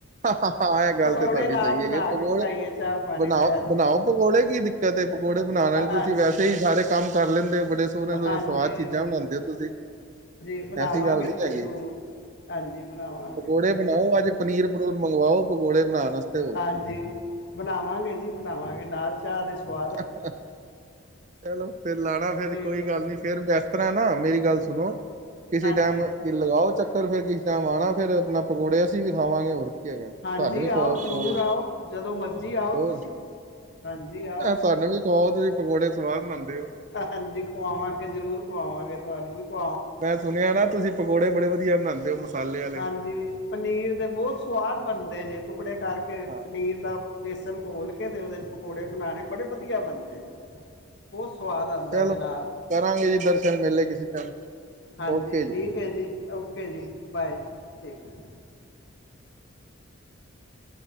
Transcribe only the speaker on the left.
ਪਕੌੜੇ
ਨਾਲ
ਬਣਾ
ਕੇ ਖਾਈਏ ਚਾਹ ਪਾਣੀ
ਦੇ ਹਾਂਜੀ
ਹਾਂਜੀ
ਹਾਂਜੀ
ਜੀ ਬਣਾਵਾਂਗੇ
ਜ਼ਰੂਰ। ਹਾਂਜੀ ਬਣਾਵਾਂ।
ਹਾਂਜੀ,
ਬਣਾਵਾਂਗੇ ਜੀ ਬਣਾਵਾਂਗੇ ਨਾਲੇ ਚਾਹ ਦੇ ਸਵਾਦ
ਠੀਕ
ਹੈ
ਜੀ
ਹਾਂਜੀ
ਹਾਂਜੀ
ਆਓ ਜ਼ਰੂਰ
ਆਓ ਜਦੋਂ ਮਰਜ਼ੀ ਆਓ
ਤੁਸੀਂ। ਹਾਂਜੀ ਆਓ,
ਹਾਂਜੀ ਖਵਾਵਾਂਗੇ ਜਰੂਰ। ਖਵਾਵਾਂਗੇ ਤੁਹਾਨੂੰ ਵੀ ਖਵਾਵਾਂ
ਹਾਂਜੀ ਪਨੀਰ ਦੇ ਬਹੁਤ ਸਵਾਦ ਬਣਦੇ ਜੇ ਟੁਕੜੇ ਕਰਕੇ। ਕੇ
ਪਨੀਰ ਦਾ ਬੇਸਨ ਘੋਲ ਕੇ ਤੇ ਉਹਦੇ ਚ ਪਕੌੜੇ ਬਣਾਉਣੇ ਬੜੇ ਵਧੀਆ ਬਣਦੇ ਜੇ। ਬਹੁਤ ਸਵਾਦ ਆਉਂਦਾ
ਜੇ ਨਾਲ।
ਹਾਂਜੀ
ਠੀਕ ਹੈ ਜੀ, ਓਕੇ
ਜੀ
ਬਾਏ
ਠੀਕ ਹੈ।